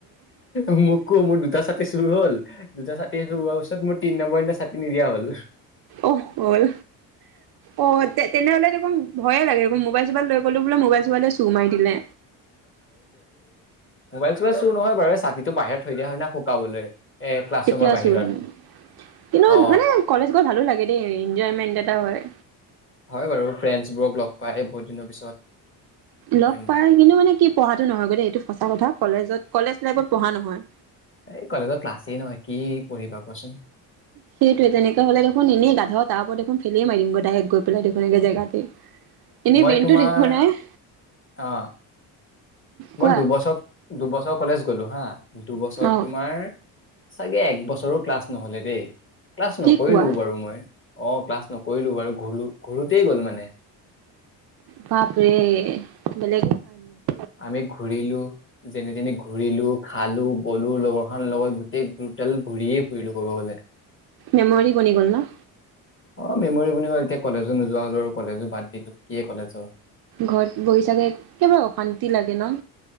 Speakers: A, on the left; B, on the right.
A: মোকো মোৰ দুটা ছাতি চুৰ হ'ল দুটা ছাতি চো হোৱাৰ পিছত মোৰ তিন নম্বৰ দিনা ছাতি নিদিয়া হ'ল।
B: অ হল অহ তে তেনেহলে দেখোন ভয়ে লাগে মোবাইল চোবাইল লৈ গলো বোলে মোবাইল চোবাইলে চুৰ মাৰি দিলে!
A: মোবাই চবাইল চুৰ নহয় বাৰ এই ছাতিটো বাহিৰ থৈ দিয়া ন শুকাবলৈ। এ ক্লাছৰুমৰ
B: কেতিয়া
A: বাহিৰত
B: চোৰ আৰু কিন্তু
A: অ
B: মানে কলেজ গৈ ভালো লাগে দেই এনজয়মেন্ট এটা হয়
A: হয় বাৰু ফ্ৰেণ্ডছ বোৰক লগ পাই বহুত দিনৰ পিছত
B: লগ
A: হয় নাই
B: পাই কিন্তু মানে কি পঢ়াটো নহয় গে দেই এইটো সঁচা কথা কলেজত কলেজ লাইফত পঢ়া নহয়।
A: এই কলেজত ক্লাছেই নহয় কি পঢ়িবা কোৱাচোন
B: সেইটোয়ে তেনেকে হ'লে দেখোন এনেই গাধ তাৰ ওপৰত দেখোন ফেলে মাৰিম গৈ ডাইৰেক্ট গৈ পেলাই দেখোন ন এগে জেগাতে এনেই
A: মই
B: বেইনটো
A: তোমাৰ
B: ত একো নাই!
A: অ
B: কোৱা
A: মই দুবছৰ দুবছৰ কলেজ গ'লো হা দুবছৰত
B: অ
A: তোমাৰ চাগে একবছৰো ক্লাছ নহলে দেই ক্লাছ
B: কি
A: নকৰিলোও
B: কোৱা
A: বাৰু মই অ ক্লাছ নকৰিলো বাৰু ঘূৰু ঘূৰোতেই গ'ল মানে।
B: বাপৰে বেলেগে পাল ইয়াত
A: আমি ঘূৰিলো যেনে তেনি ঘূৰিলো খালো বলো লগৰখনৰ লগত গোটেই গ্ৰুপডাল ঘূৰিয়ে ফুৰিলো ক'ব গ'লে
B: মেমৰি বনি গ'ল ন
A: অ মেমৰি বনি গ'ল এতিয়া কলেজো নোযোৱা হলো আৰু কলেজো বাদ দিলো কিয়ে কলেজৰ
B: ঘৰত বহি চাগে একেবাৰে অশান্তি লাগে ন